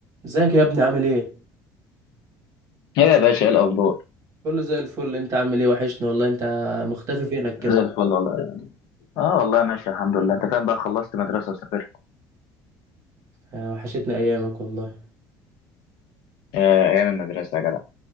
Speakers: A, on the right; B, on the left.
A: ازيك يا ابني عامل ايه
B: ايه يا باشا ايه الاخبار
A: كله زي الفل انت عامل ايه وحشنا والله انت مختفي فينك كده
B: زي الفل والله اه والله ماشي الحمد لله انت فاهم بقى خلصت مدرسة وسافرت
A: آه، وحشتنا ايامك والله
B: آه، ايام المدرسه يا جدع